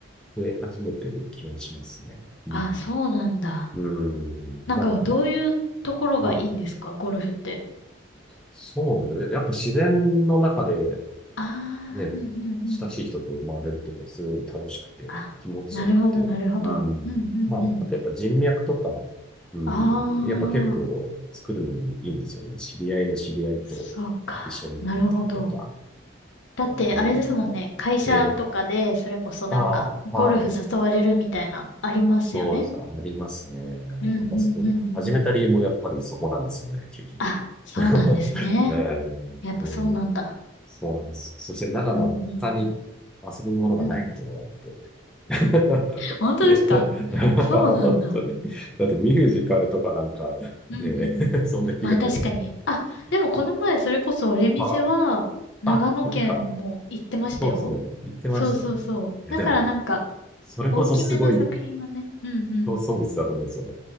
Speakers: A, in the centre; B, on the left.
A: 増え始めてる気はしますね。うん。
B: あ、そうなんだ。
A: う
B: なんかどういうところがいいんですかゴルフって。
A: ん。なんか、まあ、そう、やっぱ自然の中で
B: あ
A: ね、
B: あ、うんうんうん。
A: 親しい人と生まれるっていうのはすごい楽しくて、
B: あ、
A: 気持ちよくて。
B: なるほど、なるほど。
A: うん。
B: うんうんうん。
A: まあ、あとやっぱ人脈とか、うん。
B: あ
A: やっぱ結構作るのにいいんですよね。
B: あ。
A: 知り合いの知り合いと
B: そうか。
A: 一緒になったりとか。
B: なるほど。だって、
A: あうん。
B: あれですもんね。会社とかで、
A: ええ。
B: それこそなんか、
A: ああ、
B: ゴルフ誘われるみたいな、
A: ああ。
B: ありますよね。
A: そうです。ありますね。
B: うんうんうんうん。
A: やっぱそ始めた理由もやっぱりそこなんですよね、結局。
B: あ、そうなんですね。
A: <laughs> えーで
B: やっぱそうなんだ。
A: そうなんです。そして長野は他に
B: うんうんうん。
A: 遊ぶものがないっていうのがあって。
B: うん。
A: <laughs>
B: 本当ですかそうなんだ。
A: 本当に。だってミュージカルとかなんかで、
B: うんうんうん。
A: <laughs> そんな気が出る
B: まあ確かに。あ、でもこの前、
A: な。
B: それこそ、レミゼは、
A: あ、
B: 長野県も行ってましたよ。
A: あ、なんか、そうですね。言ってましたよね。
B: そうそうそう。
A: え、
B: だからなんか、
A: でも、それこそすごい
B: 大きめの作品はね。うんうん。
A: 競争率だと思うんですよね。